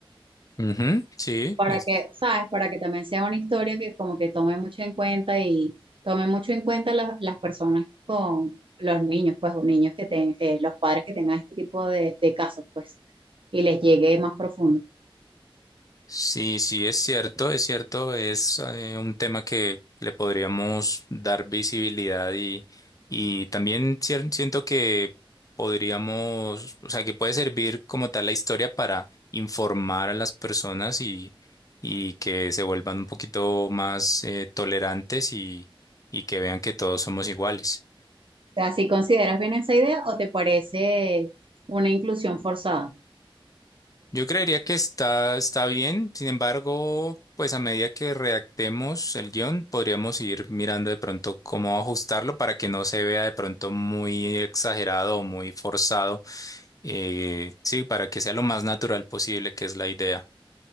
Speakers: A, on the left; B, on the right.
A: Ujú, sí.
B: para
A: es-
B: que, ¿sabes? Para que también sea una historia que como que tome mucho en cuenta y tome mucho en cuenta las las personas con los niños, pues, o niños que ten- eh, los padres que tengan este tipo de, de casos, pues, y les llegue más profundo. O
A: Sí, sí, es cierto, es cierto, es eh, un tema que le podríamos dar visibilidad y, y también cier- siento que podríamos, o sea, que puede servir como tal la historia para informar a las personas y, y que se vuelvan un poquito más eh, tolerantes y, y que vean que todos somos iguales.
B: sea, si consideras bien esa idea o te parece una inclusión forzada.
A: Yo creería que está, está bien, sin embargo, pues a medida que redactemos el guión, podríamos ir mirando de pronto cómo ajustarlo para que no se vea de pronto muy exagerado o muy forzado. Eh, sí, para que sea lo más natural posible, que es la idea.